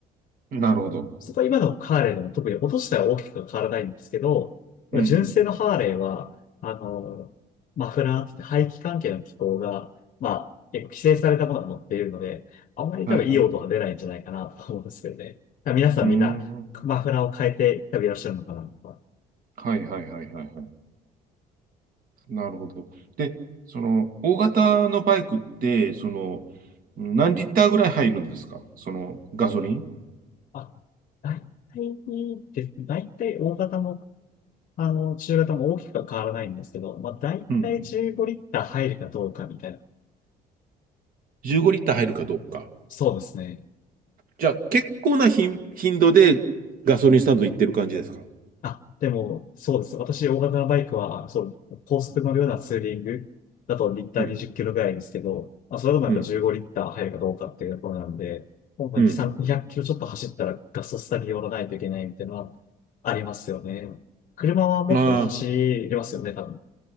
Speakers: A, on the right; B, on the left.
A: なるほど。
B: そこは今のハーレーでも特に音自体は大きくは変わらないんですけど、
A: うん、うん。
B: 純正のハーレーは、あの、マフラーって言って排気関係の機構が、まあ、結構規制されたものが乗っているので、あんまり多分いい音は出ないんじゃないかなと思うんですけどね。
A: はいはい。う
B: 皆さんみんなマフラーを変えて多分いらっしゃるのかなと
A: ーん。はいはいはいはいはい。なるほど。で、その、大型のバイクって、その、何リッターぐらい入るんですかその、ガソリン
B: あ、大体です。大体大型も、あの、中型も大きくは変わらないんですけど、まあ、大体15リッター入るかどうかみたいな。
A: うん。15リッター入るかどうか。
B: そうですね。
A: じゃあ結構な頻、頻度でガソリンスタンド行ってる感じですか。
B: あ、でも、そうです。私、大型のバイクは、そう、高速乗るようなツーリングだとリッター20キロぐらいですけど、
A: うん、
B: まあ、それでもやっぱ15リッター入るかどうかっていうところなんで、
A: うん、
B: もうまあ2、
A: うん。
B: 3、0 0キロちょっと走ったらガソスタに寄らないといけないみたいなのはありますよね。車はもっと走りますよね、
A: ああ、
B: 多分。